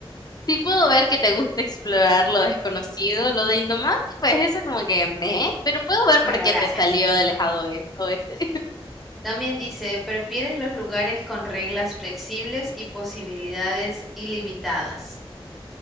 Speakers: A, on the left (about 40°); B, in the centre.
A: Sí puedo ver que te gusta explorar lo desconocido, lo de Indomar, pues eso como que me, pero puedo ver
B: Bueno,
A: por qué
B: gracias.
A: te salió del lejado oeste.
B: También dice, ¿prefieres los lugares con reglas flexibles y posibilidades ilimitadas?